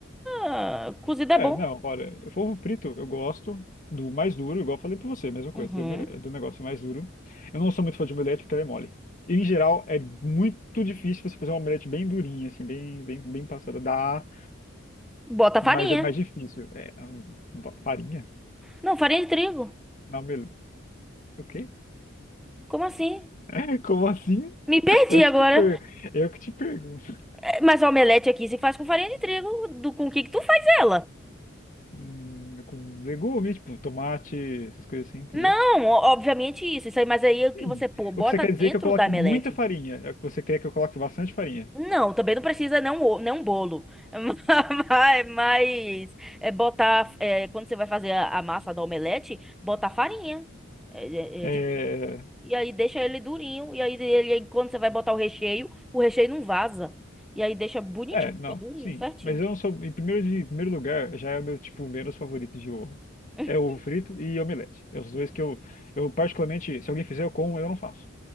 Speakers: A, in the centre; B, on the left (about 40°).
A: Ah, cozido é
B: É,
A: bom.
B: não, olha, polvo frito eu gosto do mais duro, igual eu falei pra você, mesma coisa,
A: Uhum.
B: do, omele- do negócio mais duro. Eu não sou muito fã de omelete porque ela é mole. Em geral, é muito difícil você fazer uma omelete bem durinha, assim, bem, bem, bem passada. Dá,
A: Bota
B: mas
A: farinha.
B: é mais difícil. É, hum, farinha?
A: Não, farinha de trigo.
B: Na omelete. O quê?
A: Como assim?
B: <laughs> Como assim?
A: Me perdi
B: Eu
A: agora.
B: que te, per... eu que te pergunto.
A: É, Mas a omelete aqui se faz com farinha de trigo. Do, com o que que tu faz ela?
B: Hum, com legumes, tipo tomate, essas coisas assim, entendeu?
A: Não, o- obviamente isso. Isso aí, mas aí é o que
B: Sim.
A: você pô, bota
B: O que você quer
A: dentro
B: dizer é que eu coloque
A: da omelete.
B: muita farinha. É o que você quer que eu coloque bastante farinha.
A: Não, também não precisa não o- não bolo, <laughs> mas, mas é botar é, quando você vai fazer a, a massa do omelete, botar farinha é, é,
B: É,
A: é, de trigo e aí deixa ele durinho e aí ele quando você vai botar o recheio, o recheio não vaza e aí deixa bonitinho,
B: é, não,
A: fica durinho,
B: sim.
A: certinho.
B: Mas eu não sou. Em primeiro, de, em primeiro lugar, já é o meu tipo menos favorito de ovo.
A: <laughs>
B: É ovo frito e omelete. É os dois que eu, eu particularmente, se alguém fizer, eu como, eu não faço.